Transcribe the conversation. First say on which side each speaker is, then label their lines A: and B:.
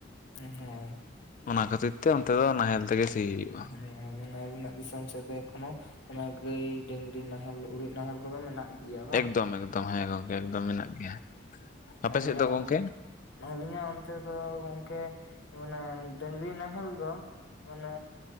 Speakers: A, on the left (about 70°); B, on the left (about 40°).
A: ᱩᱸ ᱦᱳᱭ᱾
B: ᱚᱱᱟ ᱠᱷᱟᱹᱛᱤᱨ ᱛᱮ ᱚᱱᱛᱮ ᱫᱚ ᱱᱟᱦᱮᱞ ᱛᱮᱜᱮ ᱥᱤ ᱦᱩᱭᱩᱜᱼᱟ᱾
A: ᱦᱮᱸ ᱦᱮᱸ ᱢᱟᱱᱮ ᱟᱵᱤᱱᱟᱜ ᱫᱤᱥᱚᱢ ᱥᱮᱫ ᱫᱚ ᱮᱠᱷᱚᱱᱳ ᱚᱱᱟ ᱜᱟᱹᱭ ᱰᱝᱨᱤ ᱱᱟᱦᱮᱞ ᱩᱨᱤᱡ ᱱᱟᱦᱮᱞ ᱠᱚᱫᱚ ᱢᱮᱱᱟᱜ ᱜᱮᱭᱟ ᱵᱟᱝ?
B: ᱮᱠᱫᱚᱢ ᱮᱠᱫᱚᱢ ᱦᱮᱸ ᱜᱚᱢᱠᱮ ᱮᱠᱫᱚᱢ ᱢᱮᱱᱟᱜ ᱜᱮᱭᱟ᱾ ᱟᱯᱮ
A: ᱟᱞᱤᱧᱟᱜ
B: ᱥᱮᱫ ᱫᱚ ᱜᱚᱝᱠᱮ?
A: ᱚᱞ ᱟᱹᱞᱤᱧᱟ ᱚᱱᱛᱮ ᱫᱚ ᱜᱚᱢᱠᱮ ᱢᱟᱱᱮ ᱰᱟᱝᱨᱤ ᱱᱟᱦᱮᱞ ᱫᱚ ᱢᱟᱱᱮ